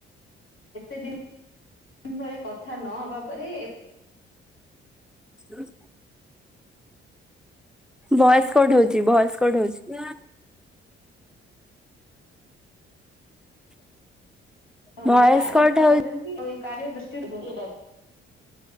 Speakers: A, on the left; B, in the centre.
A: ଏତେ ଦିନ୍ ଏତେ ଦିନ୍ ପରେ କଥା ନହବା ପରେ ଏ
B: ହ ଭଏସ୍ କଟ୍ ହଉଚି ଭଏସ୍ କଟ୍ ହଉଚି। ଭଏସ
A: ଗୋଟେ କାର୍ୟ
B: କଟ
A: କଥା
B: ହଉ
A: ହଉଚନ୍ତି ଆ ଏ କାର୍ୟ ଦୃଷ୍ଟିରୁ <unintelligible>